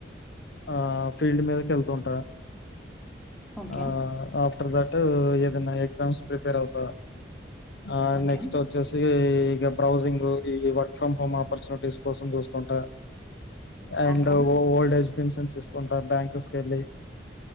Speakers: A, on the left; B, in the centre.
A: ఆ ఫీల్డ్ మీదకి ఎళ్తుంటా
B: ఓకే
A: ఆ ఆఫ్టర్ దాట్ ఏదన్నా ఎగజామ్స్ ప్రిపేర్ అవుతా ఆ
B: ఓకే
A: నెక్స్ట్ ఆచ్చేసి ఈగా బ్రౌజింగు ఈ వర్క్ ఫ్రమ్ హోమ్ ఆపర్చునిటీస్ కోసం చూస్తాం ఆ and
B: okay
A: old age pensions ఇస్తూంటా బ్యాంక్స్ వెళ్ళి